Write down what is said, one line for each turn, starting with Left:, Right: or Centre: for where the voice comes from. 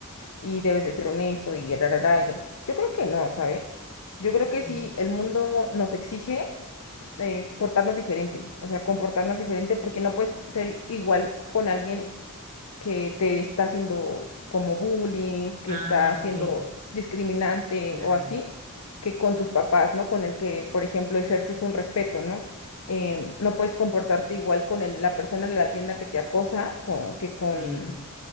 Left: y debes de ser honesto y rarará, y rará. Yo creo que no, ¿sabes? Yo creo que sí,
Right: Ujú.
Left: el mundo nos exige eh, portarnos diferente, o sea, comportarnos diferente porque no puedes ser igual con alguien que te está haciendo como bullying, que
Right: Ah,
Left: está haciendo
Right: ok,
Left: discriminante
Right: claro,
Left: o así, que con tus papás, ¿no? Con el que, por ejemplo, ejerces un respeto, ¿no? Em, no puedes comportarte igual con el- la persona en la tienda que te acosa co- que con
Right: sí,